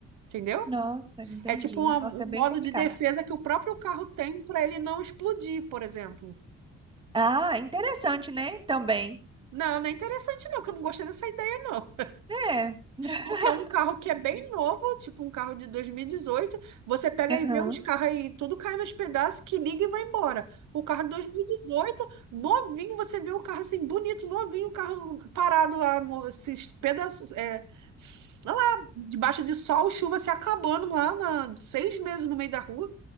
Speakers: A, on the right; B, on the right.
A: Entendeu?
B: Nossa, entendi.
A: É tipo uma- um
B: Nossa, é bem
A: modo
B: complicado.
A: de defesa que o próprio carro tem para ele não explodir, por exemplo.
B: Ah, interessante, né? Também.
A: Não, não é interessante não, que eu não gostei dessa ideia não.
B: É. <laughs>
A: Porque é um carro que é bem novo, tipo um carro de 2018. você pega
B: Aham.
A: e vê uns carros aí, tudo cai nos pedaços, que liga e vai embora. O carro de 2018, novinho, você vê o carro assim, bonito, novinho, o carro parado lá, mo- esses pedaços, é, s- lá, debaixo de sol, chuva se acabando lá, na, seis meses no meio da rua,